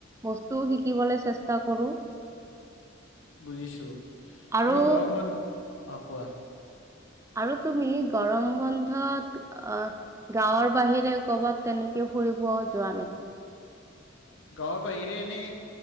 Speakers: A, on the right; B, on the left.
A: বস্তু শিকিবলৈ চেষ্টা কৰো।
B: বুজিছো
A: আৰু
B: তুমি গৰম বন্ধ অ কোৱা
A: আৰু তুমি গৰম বন্ধত আহ গাঁৱৰ বাহিৰে কৰ'বাত তেনেকে ফুৰিব যোৱা নেকি
B: গাঁৱৰ বাহিৰে এনেই